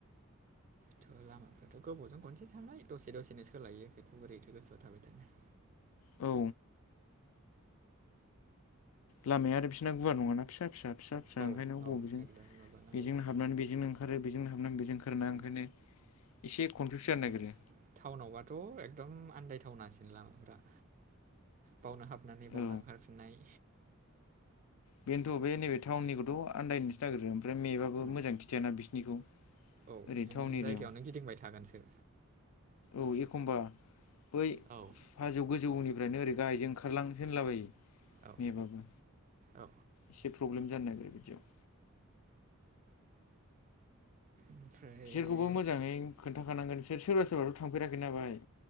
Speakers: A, on the right; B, on the left.
A: थ' लामाफ्राथ' गोबावजों खनसे थांनाय दसे दसेनो सोलायो बेखौ बोरैथो गोसोआव थाबाय थानो?
B: औ लामाया आरो बिसिना गुवार नङाना फिसा फिसा फिसा फिसा
A: औ
B: ओंखायनो
A: औ
B: बबेजों
A: एकदम माबानांगौ
B: बेजोंनो
A: जायो
B: हाबनानै बेजोंनो ओंखारो बेजों हाबना बेजों ओंखारोना
A: उम
B: ओंखायनो इसे कनफिउस जानो
A: ओरै
B: नागिरो।
A: टाउनावबाथ' एकदम आन्दायथावनासिन लामाफ्रा बावनो हाबनानै बावनो
B: औ
A: ओंखारफिननाय
B: बेनोथ बे नैबे थाउननिखौथ आन्दायनोसो नागिरो। ओमफ्राय मेबाबो
A: ओं
B: मोजां खिथाना बिसिनिखौ
A: औ
B: ओरै
A: नों
B: टाउन
A: जायगायावनो
B: एरियायाव
A: गिदिंबाय थागोनसो।
B: औ एखमबा बै
A: औ
B: हाजो गोजौनिफ्रायनो ओरै गाहायजों ओंखारलांसो होनलाबायो
A: औ
B: मेबाबो।
A: औ
B: एसे प्रब्लेम जानो नागिरो बिदियाव।
A: ओमफ्राय
B: बिसोरखौबो मोजाङै खोन्थाखानांगोन बिसोर सोरबा सोरबाथ थांफेराखै नाबाय।